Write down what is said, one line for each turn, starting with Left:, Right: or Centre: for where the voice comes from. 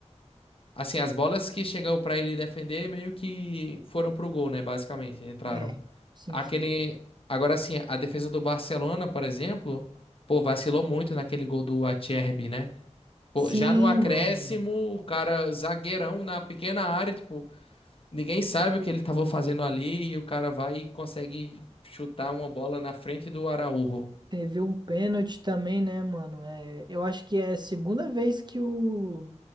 Left: assim, as bolas que chegou pra ele defender meio que foram pro gol, né? Basicamente, entraram.
Right: é, sim,
Left: Aquele.
Right: sim.
Left: Agora, assim, a defesa do Barcelona, por exemplo, pô, vacilou muito naquele gol do Acerbi, né? Pô,
Right: Sim,
Left: já no acréscimo,
Right: mano.
Left: o cara zagueirão na pequena área, tipo. Ninguém sabe o que ele estava fazendo ali e o cara vai e consegue chutar uma bola na frente do Araújo.
Right: Teve um pênalti também, né, mano? É, eu acho que é a segunda vez que o